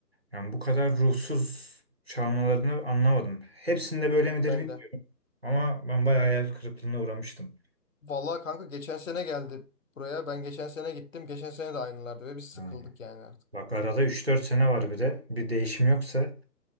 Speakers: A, on the right (about 40°); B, on the left (about 55°).
A: Yani bu kadar ruhsuz çalmalarını anlamadım. Hepsinde böyle midir
B: ben
A: bilmiyorum
B: de.
A: ama ben bayağı hayal kırıklığına uğramıştım.
B: Vallahi kanka geçen sene geldi buraya. Ben geçen sene gittim. Geçen sene de aynılardı ve biz sıkıldık
A: Ha.
B: yani artık.
A: Bak arada üç dört sene var bir de. Bir değişim yoksa